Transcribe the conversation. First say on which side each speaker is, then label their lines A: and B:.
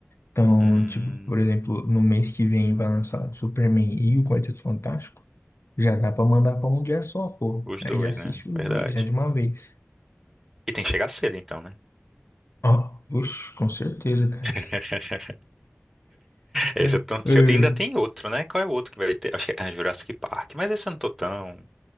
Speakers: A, on the left (about 60°); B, in the centre.
A: Então,
B: Hum,
A: tipo, por exemplo, no mês que vem vai lançar Superman e o Quarteto Fantástico. Já dá pra mandar pra um dia só, pô.
B: os
A: Aí
B: dois,
A: já assiste
B: né?
A: os
B: Verdade.
A: dois, já de uma vez.
B: E tem que chegar cedo então, né?
A: Ó, oxe, com certeza, cara.
B: <laughs> Esse
A: <laughs>
B: eu tô ansioso.
A: Ai,
B: Ainda tem outro, né? Qual é o outro que vai ter? Acho que é ah, Jurassic Park. Mas esse eu não tô tão.